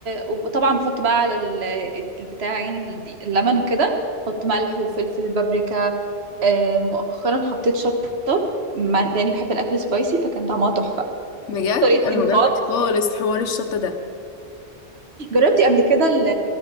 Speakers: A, on the right (about 60°); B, on the left (about 85°).
A: وطبعا بحط بقى على ال- البتاع يعني الدي- اللبن وكده بحط ملح وفلفل بابريكا آه، مؤخرا حطيت شطه مع- لاني بحب الاكل سبايسي فكان طعمها تحفه
B: بجد
A: طريقتي
B: انا
A: المتواضعة
B: ما جربتش خالص حوار الشطه ده
A: جربتي قبل كده ال